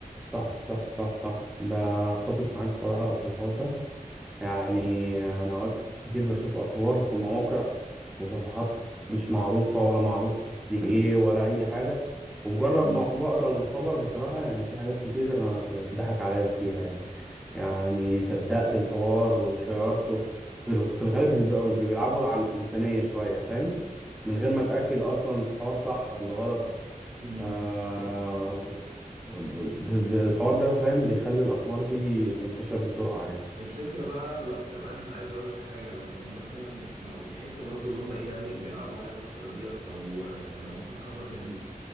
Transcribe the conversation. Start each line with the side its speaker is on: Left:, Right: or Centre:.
Centre: صح صح صح صح بتفق معاك صراحه في الحوار ده يعني أنا أوقات كتير بشوف أخبار في مواقع وصفحات مش معروفة ولا معروف دي إيه ولا أي حاجة ومجرد
Right: امم
Centre: ما بقرا الخبر بصراحة يعني في حاجات كتير أنا بتضحك عليا فيها يعني يعني صدقت الحوار وشيرته بال- في الغالب بيبقوا بيلعبوا على الإنسانية شوية فاهم من غير ما أتأكد أصلا الحوار صح ولا غلط
Right: امم
Centre: آه ب- ب- الحوار ده فاهم بيخلي الأخبار دي تنتشر بسرعة يعني
Right: الفكرة بقى لو كمان عايز اقول لك حاجة لو كان مثلا لو الحتة برضو اللي هم ايه يعني بيلعبوا عليها الفترة ديت لو لو مثلا خبر غريب